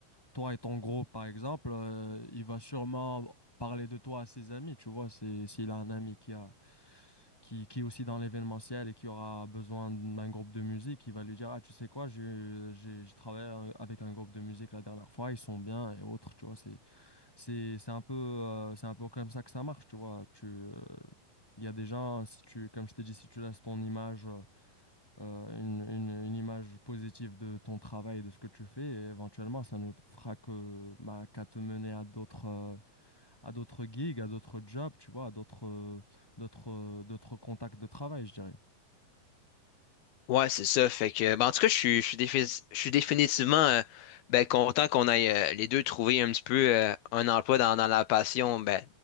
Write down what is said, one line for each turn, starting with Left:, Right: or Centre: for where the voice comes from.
Centre: toi et ton groupe, par exemple, euh, il va sûrement parler de toi à ses amis, tu vois, c'est, s'il a un ami qui a, qui, qui est aussi dans l'événementiel et qui aura besoin d'un groupe de musique, il va lui dire, ah, tu sais quoi, j'ai, j'ai, j'ai travaillé un- avec un groupe de musique la dernière fois, ils sont bien et autres, tu vois, c'est, c'est, c'est un peu, euh, c'est un peu comme ça que ça marche, tu vois, tu, euh, il y a des gens, si tu, comme je t'ai dit, si tu laisses ton image euh, euh, une, une- une image positive de ton travail, de ce que tu fais, et éventuellement, ça ne fera que, bah, qu'à te mener à d'autres euh, à d'autres gigs, à d'autres jobs, tu vois, à d'autres euh, d'autres euh, d'autres contacts de travail, je dirais.
Left: Ouais, c'est ça. Fait que, ben, en tout cas, je suis, je suis, défi- je suis définitivement euh, ben, content qu'on aille euh, les deux trouver un petit peu euh, un emploi dans, dans la passion ben,